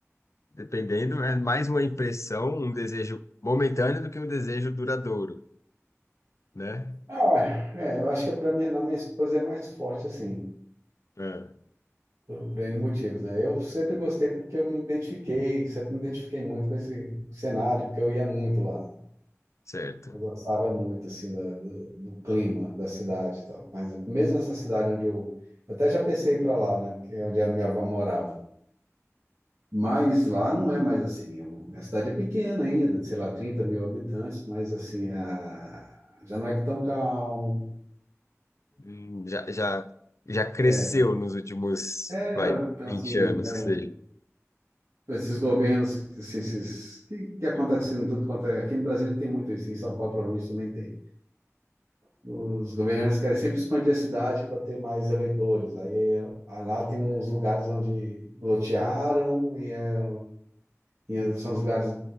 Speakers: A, on the left (about 70°); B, on the right (about 65°).
A: dependendo, é mais uma impressão, um desejo momentâneo do que um desejo duradouro, né?
B: Ah, é, eu acho que para mim, na minha esposa é mais forte assim.
A: É,
B: por, por N motivos, né? Eu sempre gostei porque eu me identifiquei, sempre me identifiquei muito com esse cenário, porque eu ia muito lá.
A: certo.
B: Eu gostava muito, assim, da- do, do clima da cidade e tal. Mas mesmo essa cidade onde eu... Eu até já pensei em ir para lá, né? Porque é onde a minha avó morava. Mas lá não é mais assim. Eu- A cidade é pequena ainda, sei lá, 30 mil habitantes, mas, assim, a... já não é tão calmo.
A: Hum, Já, já, já cresceu
B: É,
A: nos últimos,
B: é,
A: vai,
B: então,
A: 20
B: assim...
A: anos,
B: é,
A: que seja.
B: esses governos, esses, esses- que, que acontece em tudo quanto é. Aqui no Brasil tem muito isso, em São Paulo provavelmente também tem. Os governantes querem sempre expandir a cidade para ter mais eleitores. Aí ah, lá tem uns lugares onde lotearam e, é, e são os lugares.